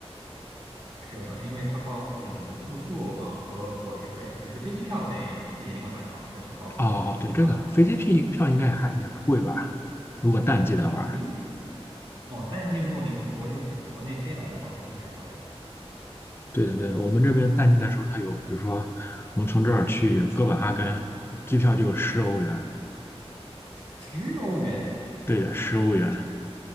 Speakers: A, on the right (about 50°); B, on the left (about 20°).
A: 是的，因为它包括了您的住宿啊和伙食费，可是飞机票得自己另外买啊，它只包括了住宿和伙食费。
B: 哦，对，这个飞机票票应该还也不贵吧？如果淡季的话，
A: 嗯，飞机票哦，淡季如果您从国内飞国内飞来的话，不会太贵，
B: 对的对的，我们这边淡季的时候，它有，比如说我们从这儿去哥本哈根，机票就十欧元，
A: 十欧元，
B: 对的，十欧元，